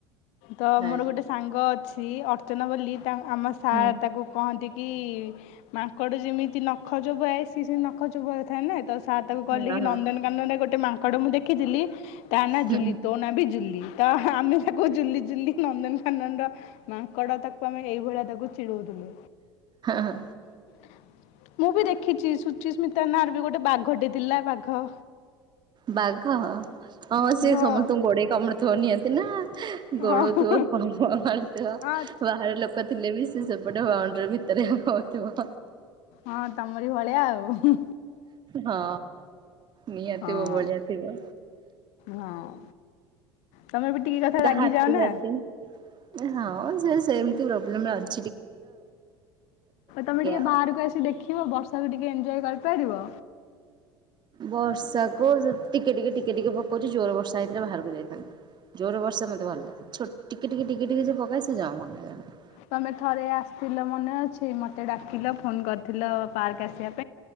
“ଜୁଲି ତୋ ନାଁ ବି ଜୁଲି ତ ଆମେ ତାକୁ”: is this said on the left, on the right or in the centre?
Left